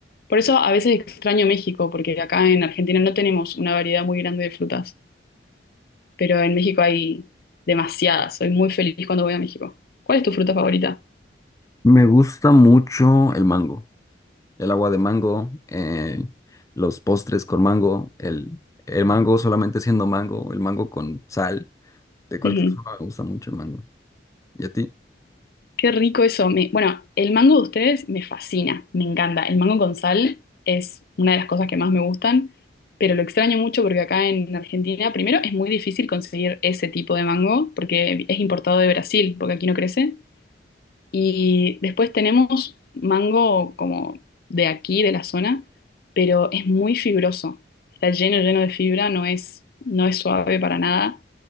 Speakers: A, on the left; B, on the left.
A: Por eso a veces extraño México, porque acá en Argentina no tenemos una variedad muy grande de frutas, pero en México hay demasiadas. Soy muy feliz cuando voy a México. ¿Cuál es tu fruta favorita?
B: Me gusta mucho el mango, el agua de mango, eh, los postres con mango, el, el mango solamente siendo mango, el mango con sal, de cualquier
A: Ujú.
B: forma me gusta mucho el mango. ¿Y a ti?
A: Qué rico eso. Me- bueno, el mango de ustedes me fascina, me encanta. El mango con sal es una de las cosas que más me gustan, pero lo extraño mucho porque acá en Argentina, primero, es muy difícil conseguir ese tipo de mango porque es importado de Brasil, porque aquí no crece. Y después tenemos mango como de aquí, de la zona, pero es muy fibroso. Está lleno, lleno de fibra, no es, no es suave para nada